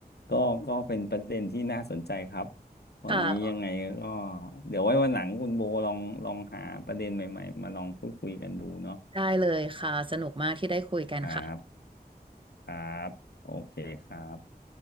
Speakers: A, on the left (about 80°); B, on the right (about 30°).
A: ก็ก็เป็นประเด็นที่น่าสนใจครับวันนี้ยังไงก็
B: ค่ะ
A: เดี๋ยวไว้วันหลังคุณโบลองลองหาประเด็นใหม่ๆมาลองพูดคุยกันดูเนาะ
B: ได้เลยค่ะสนุกมากที่ได้คุยกันค่ะ
A: ครับครับโอเคครับ